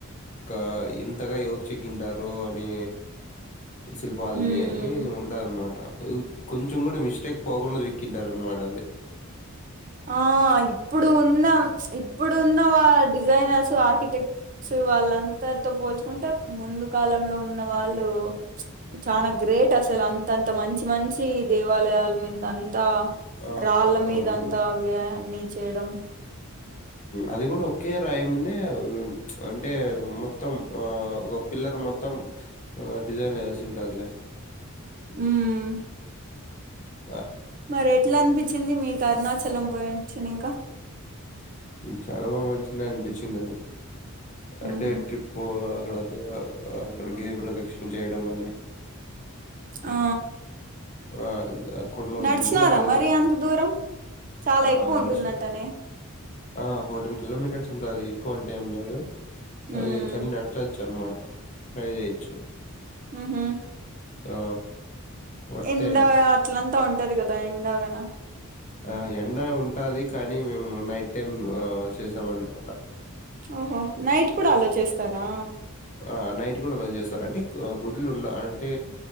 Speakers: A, on the left; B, on the right.
A: ఇకా ఇంతగా ఎవరు చెకుంటారు అనీ శిల్పాలని
B: ఉమ్
A: అని ఉంటదన్నమాట కొంచెం కూడా మిస్టేక్ పోకుండా చక్కింటారు అనమాట అది
B: ఆ ఇప్పుడు ఉన్న ఇప్పుడున్న వా డిజైనర్స్ ఆర్కిటెక్ట్స్ వాళ్ళంతరితో పోల్చుకుంటే ముందు కాలంలో ఉన్న వాళ్ళు చానా గ్రేట్ అసలు అంతంత మంచి మంచి దేవాలయాల మీంద అంత
A: ఆ
B: ంత రాళ్ళ మీదంతా
A: అవునండి.
B: నీ చేయడం
A: అది కూడా ఒకే రాయి మీదనే అంటే మొత్తం ఆ పిల్లర్ మొత్తం డిజైన్లు వేసింటారులే
B: ఉమ్
A: అ
B: మరి ఎట్లా అనిపించింది మీకు అరుణాచలం పోయించినింకా
A: చాలా బాగా మంచిగనే అనిపించింది అది అంటే
B: ఉహు
A: ట్రిప్పు అక్కడ ధ అక్కడ గిరి ప్రదక్షిణ చేయడం కాని
B: ఆ
A: ఆ ఆ కొండ
B: నడిచినారా
A: ఉంటుంది ఆ కొండ
B: మరి
A: చుట్టు
B: అంత దూరం చాలా
A: ఆ
B: ఎక్కువ ఉంటుందంటనే
A: దర్శనం ఆ ఫోర్టీన్ కిలోమీటర్స్ ఉంటది ఎక్కువ అంటే ఏం లేదు
B: ఉమ్
A: అది కాని నడచవచ్చు అనమాట ట్రై చేయొచ్చు
B: ఉహు
A: ఆ వర్తే
B: ఎండా
A: అది
B: అట్లంతా ఉంటది కదా ఎండాగాన
A: ఆ ఎండ ఉంటది కానీ మేము నైట్ టైమ్ చేసామ అన్నమాట
B: ఓహో నైట్ కూడా అలో చేస్తారా
A: ఆ నైట్ కూడా అలా చేస్తారు అంటే గుడ్లు ఉన్న అంటే